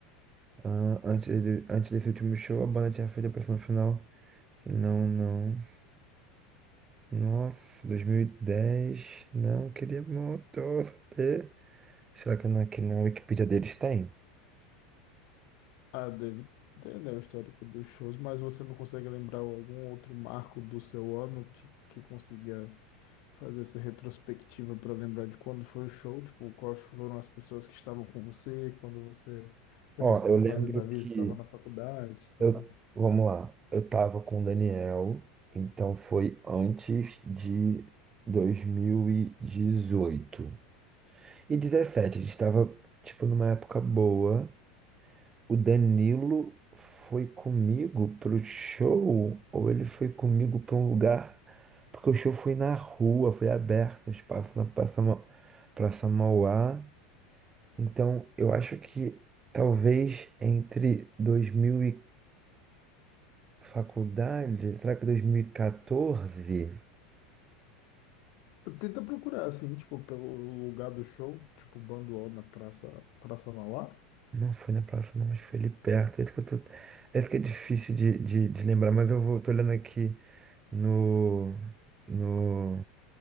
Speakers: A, on the right; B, on the left.
A: Ah, antes, de- antes desse último show, a banda tinha feito a pressão final. Não, não. Nossa, dois mil e dez Não, queria muito saber. Será que na- aqui na Wikipedia deles tem?
B: Ah, deve ter, né, o histórico dos shows, mas você não consegue lembrar algum outro marco do seu ano que, que consiga fazer essa retrospectiva para lembrar de quando foi o show, tipo, quais foram as pessoas que estavam com você, quando você, o
A: Ó,
B: que você estava
A: eu lembro
B: fazendo da vida,
A: que.
B: estava na faculdade, estava...
A: Eu, vamos lá. Eu tava com o Daniel, então foi antes de dois mil E dezoito e dezessete a gente tava, tipo, numa época boa. O Danilo foi comigo pro show, ou ele foi comigo para um lugar, porque o show foi na rua, foi aberto, no espaço na Praça, Ma- Praça Mauá. Então, eu acho que talvez entre 2000 e faculdade, será que 2014?
B: Tenta procurar, assim, tipo, pelo lugar do show, tipo, Banduol na Praça, Praça Mauá.
A: Não foi na próxima, mas foi ali perto. Esse que eu tô... Esse que é difícil de, de, de lembrar, mas eu vou, tô olhando aqui no, no